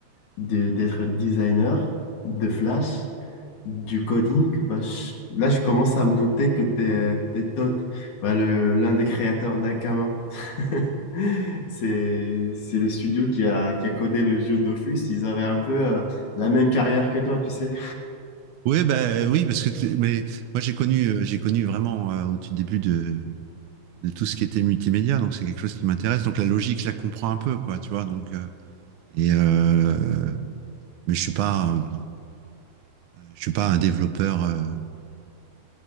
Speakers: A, on the left (about 75°); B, on the right (about 80°).
A: de- d'être designer, de Flash, du coding. Bah, je- là, je commence à me douter que t'es, t'es Toth, bah, le, l'un des créateurs d'Akama. <laughs> C'est, c'est le studio qui a, qui a codé le jeu Dofus. Ils avaient un peu euh, la même carrière que toi, tu sais.
B: Ouais, bah oui, parce que t'es- mais moi j'ai connu euh, j'ai connu vraiment euh, au tout début de, de tout ce qui était multimédia, donc c'est quelque chose qui m'intéresse. Donc la logique, je la comprends un peu, quoi, tu vois. Donc euh, et euh, mais je suis pas un- je suis pas un développeur euh,